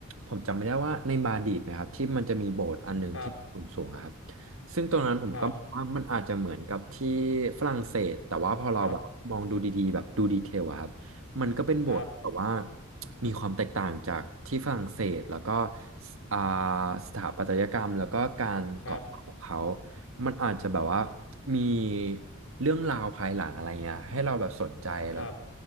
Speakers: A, on the right; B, on the left.
A: ผมจำไม่ได้ว่าในมาดริดนะครับที่มันจะมีโบสถ์อันหนึ่งที่สูงๆอะครับ
B: ครับ
A: ซึ่งตรงนั้นผมก็มองว่ามันอาจจะเหมือนกับที่
B: ครับ
A: ฝรั่งเศสแต่ว่าพอเราแบบมองดูดีๆแบบดูดีเทลอะครับ
B: ครับ
A: มันก็เป็นโบสถ์แบบว่า
B: ครับ
A: มีความแตกต่างจากที่ฝรั่งเศสแล้วก็สอ่าสถาปัตยกรรมแล้วก็การก่อสร้างของเขา
B: ครับ
A: มันอาจจะแบบว่ามีเรื่องราวภายหลังอะไรเงี้ยให้เราแบบสนใจแล้ว
B: ครับ